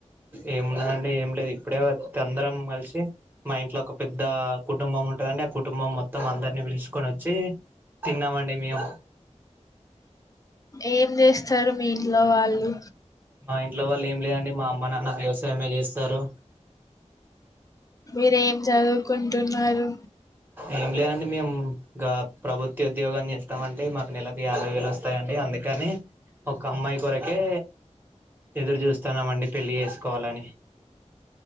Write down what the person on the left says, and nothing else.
ఏం చేస్తారు మీ ఇంట్లో వాళ్ళు
మీరు ఏం చదువుకుంటున్నారు